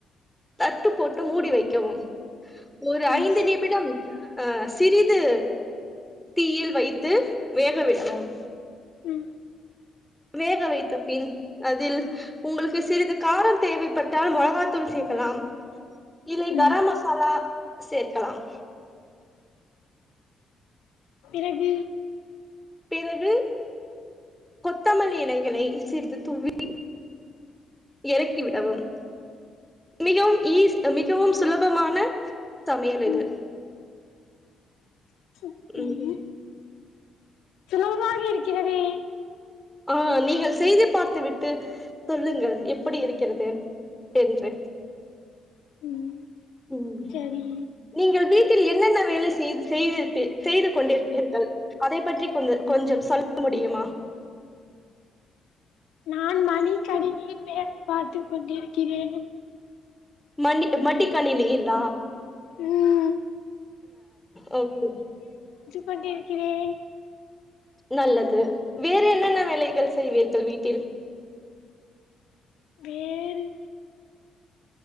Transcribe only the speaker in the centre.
தட்டு போட்டு மூடி வைக்கவும் ஒரு
ஐந்து நிமிடம் அ சிறிது தீயில் வைத்து வேக விடவும்
வேக வைத்த பின் அதில் உங்களுக்கு சிறிது காரம் தேவைப்பட்டால் மொளகாத்தூள் சே க்கலாம் இல்லை கரம்
மசாலா சேர்க்கலாம்
பிறகு கொத்தமல்லி இலைகளை சிறிது தூவி எறக்கிவிடவும் மிகவும் ஈஸ் மிகவும் சுலபமான சமையல் இது
ம்
ஆஹ் நீங்கள் செய்து பார்த்து விட்டு சொல்லுங்கள் எப்படி இருக்கிறது என்று
உம்
நீங்கள் வீட்டில் என்னென்ன வேலை செய்து செய்துருப்பீர் செய்து கொண்டிருப்பீர்கள் அதை பற்றி கொஞ் கொஞ்சம் சொல்ல முடியுமா
மண்ணி மட்டி கணினியில்ல
<unintelligible>
நல்லது வேற என்னென்ன வேலைகள் செய்வீர்கள் வீட்டில்